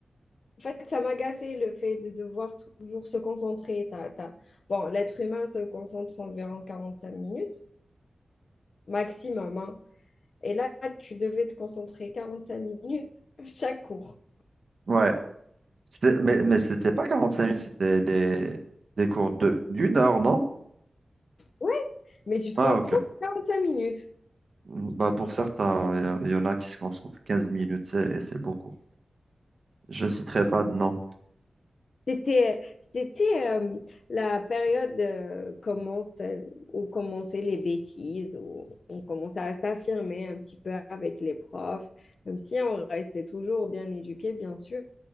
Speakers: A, on the left; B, on the right.
A: en fait, ça m'agaçait le fait de devoir toujours se concentrer. T'as- t'as- Bon, l'être humain se concentre environ 45 minutes, maximum, hein. Et là, tu devais te concentrer 45 minutes chaque cours.
B: Ouais, C'était- mais, mais c'était pas 45 minutes, c'était des, des cours de, d'une heure, non?
A: Ouais, mais tu te
B: Ah,
A: concentres
B: ok.
A: 45 minutes.
B: Bah, pour certains, il y, a- y en a qui se concentrent 15 minutes, c'est c'est beaucoup. Je ne citerai pas de nom.
A: C'était, c'était euh, la période euh, commence, où commençaient les bêtises, où on commençait à s'affirmer un petit peu avec les profs, même si on restait toujours bien éduqué, bien sûr.